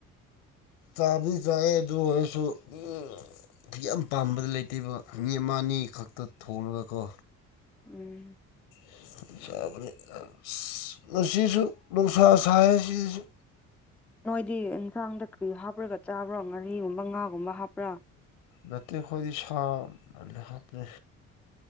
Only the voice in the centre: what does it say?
ꯎꯝ
ꯅꯣꯏꯗꯤ ꯏꯟꯁꯥꯡꯗ ꯀ꯭ꯔꯤ ꯍꯥꯞꯄ꯭ꯔꯒ ꯆꯥꯕ꯭ꯔꯣ ꯉꯥꯔꯤꯒꯨꯝꯕ ꯉꯥꯒꯨꯝꯕ ꯍꯥꯞꯄ꯭ꯔꯥ